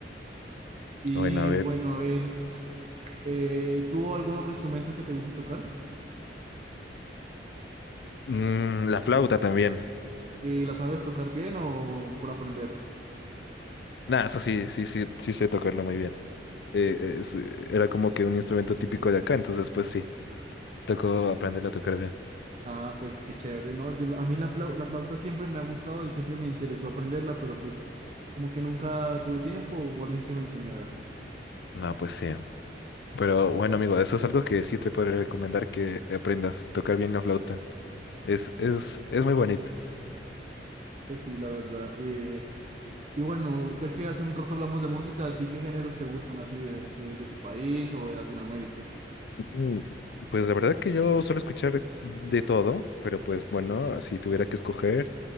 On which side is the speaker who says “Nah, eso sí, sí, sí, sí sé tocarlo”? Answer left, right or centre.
Left